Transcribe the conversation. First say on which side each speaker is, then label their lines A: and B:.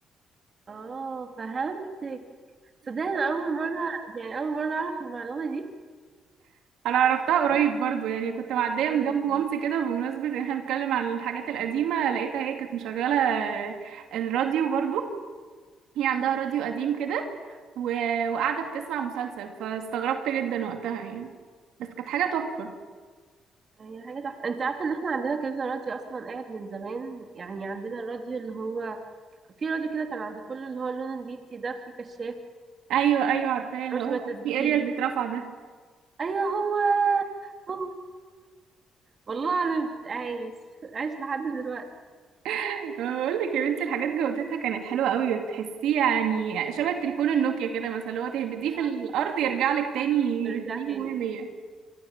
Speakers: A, on the right (about 40°); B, on the right (about 85°).
A: اه فهمتك صدقني انا اول مره يعني اول مره اعرف المعلومه دي
B: انا عرفتها قريب
A: قلت
B: برضو يعني كنت معدية
A: اه
B: من جنب مامتي كده بمناسبة ان احنا بنتكلم عن الحاجات القديمة لقيتها هي كانت مشغلة الراديو برضو هي عندها راديو قديم كده و... وقاعدة بتسمع مسلسل فاستغربت جدا وقتها يعني بس كانت حاجة تحفة
A: يعني هي حاجه تحفه انت عارفه ان احنا عندنا كذا راديو اصلا قاعد من زمان يعني عندنا الراديو اللي هو في راديو كده كان عند كله اللي هو لون بيتي ده في كشاف
B: ايوه ايوه عارفاه اللي
A: هو
B: هو
A: شبه التسجيل
B: كان في اريال بيترفع ده
A: ايوه هو هو ده. والله العظيم عايش عايش لحد دلوقتي
B: <laughs> أنا بقول لك يا بنتي الحاجات جودتها كانت حلوه قوي وتحسيه يعني شبه التليفون النوكيا كده مثلا اللي هو تهبديه في
A: اه
B: الارض يرجع لك تاني
A: رجع
B: سليم
A: تاني
B: 100